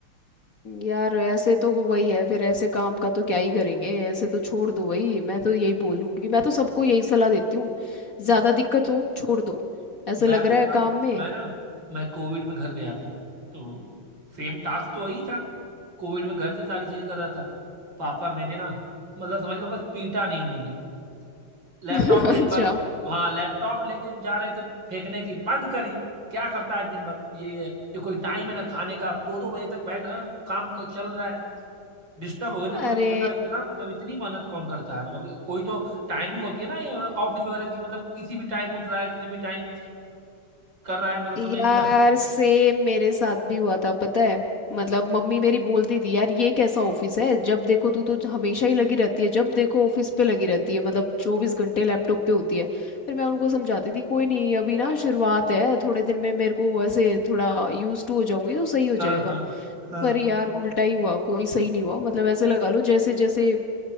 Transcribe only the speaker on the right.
म-
मैं
आपको
बताऊं
मैं ना मैं कोविड में घर गया था तो सेम टास्क तो वही था कोविड में घर से सारी चीजें कर रहा था पापा मेरे ना मतलब समझ लो बस पीटा नहीं उन्होंने लैपटॉप
भी
एक बार हाँ लैपटॉप लेके जा रहे थे फेंकने की बंद करी क्या करता है दिन भर ये ये कोई टाइम है ना खाने का अब दो दो बजे तक बैठा हूँ, काम क- चल रहा है डिस्टर्ब हो गए थे बोलो
कि बता इतना मतलब इतनी मेहनत कौन करता है मतलब कोई तो टाइमिंग होती है ना ये ऑफिस वगैरह की मतलब किसी भी टाइम उठ रहा है किसी भी टाइम कर रहा है मतलब समझ
नहीं आ रहा
है हाँ
हाँ हाँ